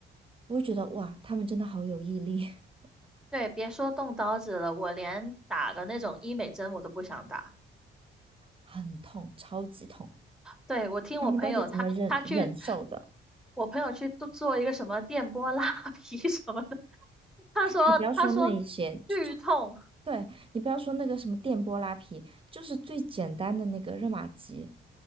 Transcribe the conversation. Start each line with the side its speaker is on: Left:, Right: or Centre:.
Right: 我会觉得哇，他们真的好有毅力，<laughs>
Centre: 对，别说动刀子了，我连打个那种医美针我都不想打。
Right: 很痛，超级痛，
Centre: 对，我听我朋友他他去
Right: 他们到底怎么忍忍受的？
Centre: 我朋友去做做一个什么电波拉皮 <laughs> 什么的，他说他说
Right: 你不要说那一些，就就
Centre: 剧痛，
Right: 对，你不要说那个什么电波拉皮，就是最简单的那个热玛吉，